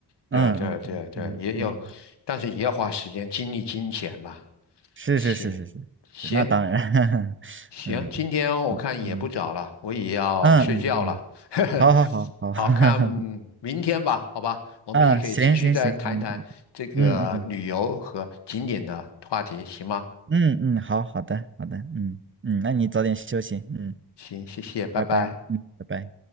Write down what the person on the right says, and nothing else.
嗯嗯嗯嗯嗯，
是是是是是是那当然，
<laughs> 嗯嗯嗯
嗯嗯，
好好好好，
<laughs>
嗯，行行行，嗯嗯
嗯嗯嗯，好好的好的，嗯嗯，那你早点休息，嗯，
拜拜，嗯，拜拜。